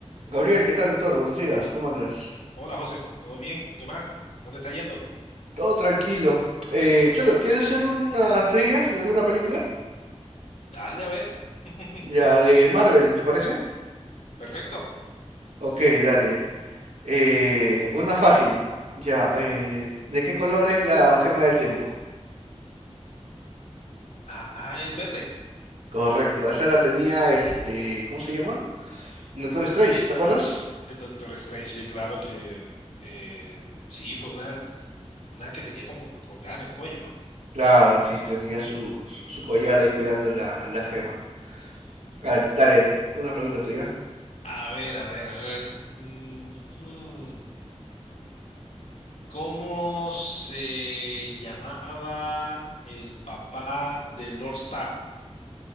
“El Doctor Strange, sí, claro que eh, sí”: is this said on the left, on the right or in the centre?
Left